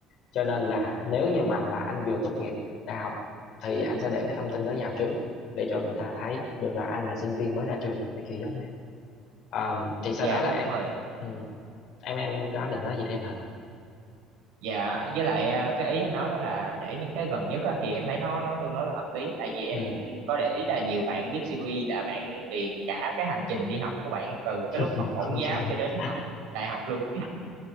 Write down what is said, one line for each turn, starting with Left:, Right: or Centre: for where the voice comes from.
Left: cho nên là nếu như mà là anh vừa tốt nghiệp đại học thì anh sẽ để cái thông tin đó vào trước để cho người ta thấy được là anh là sinh viên mới ra trường thì kiểu giống nè. À, thì sau
Right: dạ
Left: đó là
Right: đúng
Left: em
Right: rồi
Left: ừ, em em có định nói gì thêm hả?
Right: Dạ, với lại à, cái ý anh nói đó là để những cái gần nhất á, thì em thấy nó nó tương đối là hợp lý. Tại vì em
Left: Ừ,
Right: có để ý là nhiều bạn viết CV là bạn điền cả cái hành trình đi học của bạn từ cái lúc
Left: <laughs>
Right: học mẫu
Left: ok
Right: giáo cho đến học đại học luôn. <laughs>